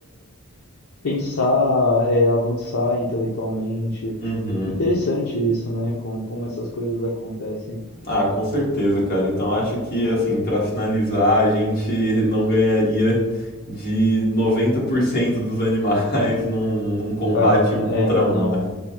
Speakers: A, on the left; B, on the left.
A: pensar, é, avançar intelectualmente.
B: Uhum.
A: Interessante isso, né? Como, como essas coisas acontecem.
B: Ah, com certeza, cara. Então acho que, assim, pra finalizar, a gente não ganharia de 90% dos animais <laughs> num, num combate
A: Cara,
B: um
A: é,
B: contra
A: não.
B: um, né?